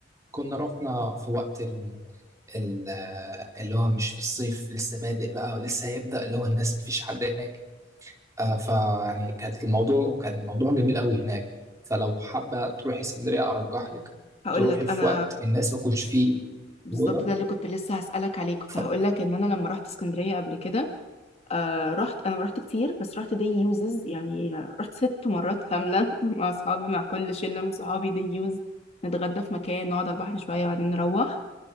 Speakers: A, on the right; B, on the left.
A: كنا رحنا في وقت ال... ال- اللي هو مش في الصيف لسه بادئ بقى ولسه هيبدأ اللي هو الناس مفيش حد هناك آه، فيعني كانت الموضوع كان الموضوع جميل قوي هناك فلو حابة تروحي اسكندرية أرجح لك
B: هقول
A: تروحي
B: لك
A: في
B: انا
A: وقت الناس ما تكونش فيه
B: بالظبط
A: موجودة
B: ده اللي كنت لسه هسألك عليه كنت
A: ف-
B: هقول لك ان انا لما رحت اسكندرية قبل كده آه رحت انا ما رحت كتير بس رحت دي يوزز يعني رحت ست مرات كاملة <laughs> مع اصحابي مع كل شلة من صحابي دي يوز نتغدى في مكان نقعد على البحر شوية وبعدين نروح